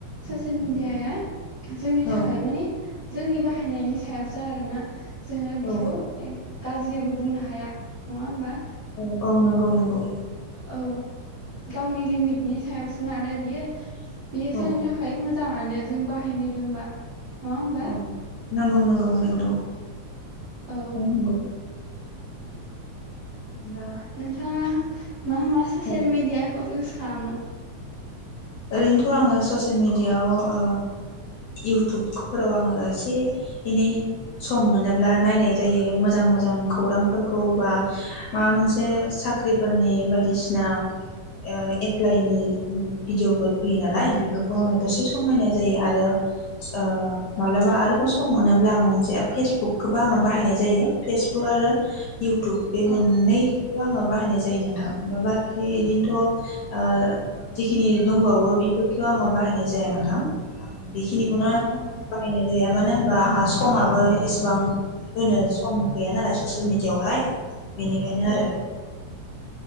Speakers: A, on the right (about 45°); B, on the left (about 70°).
A: सेल मिडिया जोंनि थाखाय
B: औ
A: माने जोंनि बाहायनायनि सायावसो आरोना जोङो बेखौ
B: औ
A: गाज्रिबो बुंनो हाया नङा हबा
B: औ औ नंगौ नंगौ
A: औ गावनि लिमिटनि सायावसो नालाय बियो बेयो जोंनि
B: औ
A: थाखाय मोजां जाङानो जों बाहायनो रोंबा नङा होमबा
B: औ नंगौ नंगौ नंगौ
A: औ
B: नंगौ दा
A: नोंथाङा मा मा ससियेल
B: औ
A: मिडियाखौ इउस खामो
B: ओरैनोथ' आङो ससियेल मेडियायाव ओ इउटुकफोराव आङो एसे एनै सम मोनोब्ला नायनाय जायो मोजां मोजां खौरांफोरखौ बा माबा मोनसे साख्रिफोरनि बायदिसिना ओ एप्लाइनि भिदिअफोर फैयो नालाय बेफोरखौ आङो दसे सम नायनाय जायो आरो ओ मालाबा आरोबाव सम मोनोब्ला आङो मोनसे फेसबुकखौबो आङो बाहायनाय जायो फेसबुक आरो इउटुब बे
A: औ
B: मोननै खौ आङो बाहायनाय जायो नोंथां बाखि बिदिनोथ' ओ दिख खिनि दंबावो बेफोरखौ आङो बाहायनाय जाया नोंथां। आं बेखिनिखौनो
A: औ औ
B: बाहायनाय जायो आरो मानो होनबा आंहा स समाबो इसेबां होनोस सम गैया नालाय ससियेल मिडियायावहाय बेनिखायनो
A: औ
B: आरो।